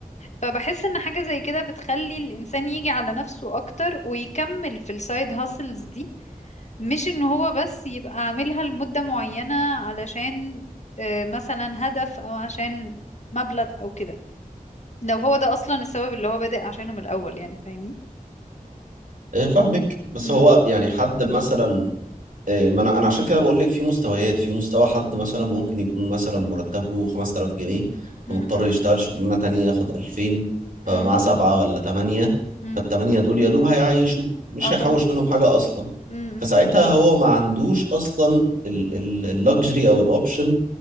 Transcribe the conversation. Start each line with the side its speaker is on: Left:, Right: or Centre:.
Left: فبحس ان حاجة زي كده بتخلي الانسان يجي على نفسه اكتر ويكمل في السايد هاسلز دي مش ان هو بس يبقى عاملها لمدة معينة علشان آه، مثلا هدف او عشان مبلغ او كده لو هو ده اصلا السبب اللي هو بادئ عشانه من الاول يعني فاهمني
Right: إيه فاهمك بس
Left: امم
Right: هو يعني حد مثلا إيه، ما انا انا عشان كده بقول لك في مستويات في مستوى حد مثلا ممكن يكون مثلا مرتبه 5000 جنيه فمضطر
Left: امم
Right: يشتغل شغلانه تانية ياخد 2000 فمعاه
Left: امم
Right: سبعه ولا ثمانيه
Left: امم
Right: فالثمانيه دول يا دوب هيعيشوا مش
Left: اه
Right: هيحوش
Left: طبعا
Right: منهم حاجه اصلا
Left: امم
Right: فساعتها هو ما عندوش اصلا اللكجري او الاوبشن